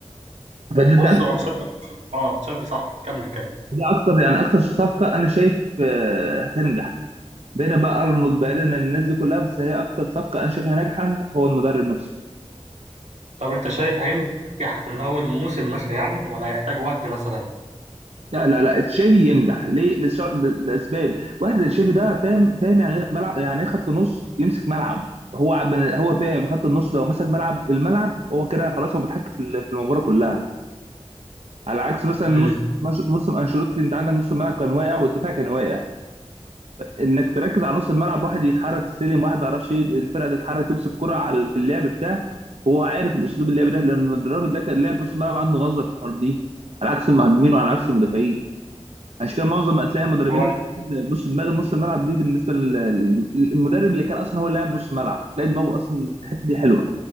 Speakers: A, on the right (about 65°); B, on the right (about 85°).
A: فده
B: بص
A: ده,
B: هو تشابي اه تشابي صح كمل كمل
A: ده اكتر يعني اكتر صفقه انا شايف آه، هتنجح بعيدا بقى ارنولد بعيدا عن الناس دي كلها بس هي اكتر صفقه انا شايفها ناجحه هو المدرب نفسه
B: طب انت شايف هينجح من اول موسم مثلا يعني ولا هيحتاج وقت مثلا
A: لا لا لا تشافي ينجح ليه لسر- لاسباب واحد زي تشافي ده فاهم فاهم يعني ملعب يعني إيه خط نص يمسك ملعب هو عب- هو فاهم خط النص لو مسك ملعب الملعب هو كده خلاص هو متحكم في ال- في المباراه كلها على عكس مثلا
B: امم
A: نص مش- نص انشيلوتي انت عندك نص الملعب كان واقع والدفاع كان واقع انك تركز على نص الملعب واحد يتحرك السلم واحد ما يعرفش ايه الفرقه تتحرك تمسك كرة على في اللعب بتاع هو عارف الاسلوب اللعب ده لان الراجل ده كان لاعب نص الملعب عنده نظره في الحوار دي على عكس المهاجمين وعلى عكس المدافعين عشان كده معظم هتلاقي المدربين
B: هو
A: بص دماغ نص الملعب دي بالنسبه لل- للمدرب اللي كان اصلا هو اللاعب نص الملعب تلاقي دماغه اصلا في الحته دي حلوه